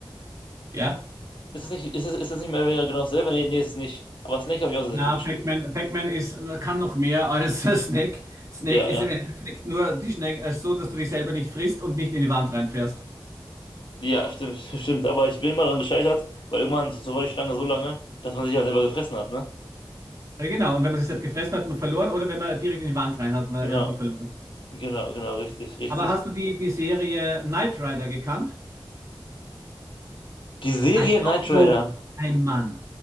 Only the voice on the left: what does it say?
Ist es nicht, ist es, ist es nicht mehr oder weniger genau dasselbe? Nee, nee, ist es nicht. Aber Snake habe ich auch sehr, sehr
viel gespielt.
Ja,
ja.
Ja, stimmt, <laughs> stimmt. Aber ich bin immer daran gescheitert, weil irgendwann so, so war die Schlange so lange, dass man sich ja selber gefressen hat, ne?
genau.
Genau, genau, richtig, richtig.
Die Serie
Knight
Rider.